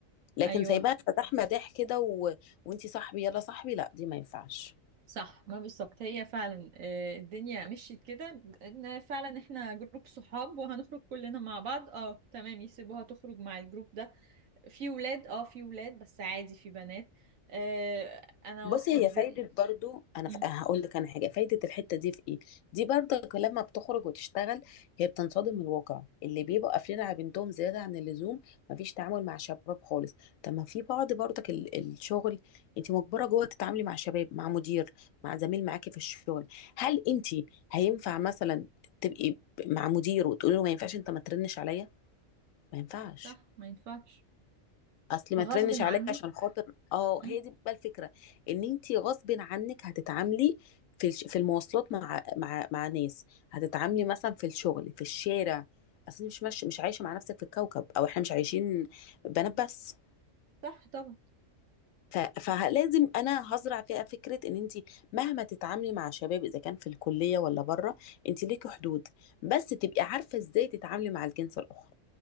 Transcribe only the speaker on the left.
لكن
سايباها فتح مداح كده و... وانتي صاحبي يلا صاحبي لا دي ما ينفعش
بصي
هي فايدة
برضو أنا
ف- هقول لك أنا حاجة فايدة الحتة دي في إيه؟ دي برضك لما بتخرج وتشتغل هي بتنصدم من الواقع اللي بيبقوا قافلين على بنتهم زيادة عن اللزوم مفيش تعامل مع شباب خالص طب ما في بعض برضك ال- الشغل أنت مجبرة جوه تتعاملي مع شباب مع مدير مع زميل معاكي في الشغل هل أنت هينفع مثلا تبقي ب- مع مدير وتقولي له ما ينفعش أنت ما ترنش عليا؟ ما ينفعش
اصل ما
ترنش عليا
عشان خاطر اه
هي دي بقى الفكره ان انت غصب عنك هتتعاملي في الش- في المواصلات مع مع مع ناس هتتعاملي مثلا في الشغل في الشارع اصل مش مش مش عايشه مع نفسك في الكوكب او احنا مش عايشين بنات بس
ف- فلازم انا هزرع فيها فكره ان انت مهما تتعاملي مع شباب اذا كان في الكليه ولا بره انت ليكي حدود بس تبقي عارفه ازاي تتعاملي مع الجنس الاخر